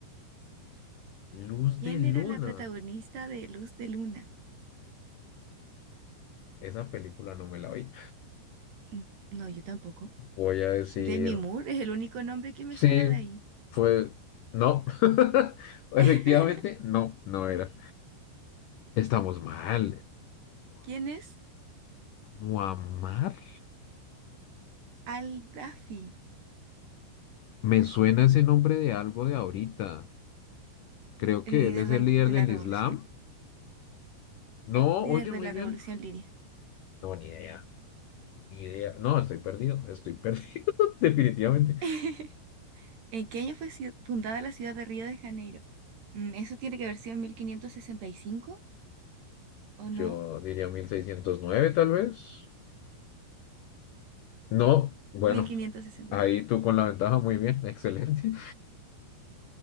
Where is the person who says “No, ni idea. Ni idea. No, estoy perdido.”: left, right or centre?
Left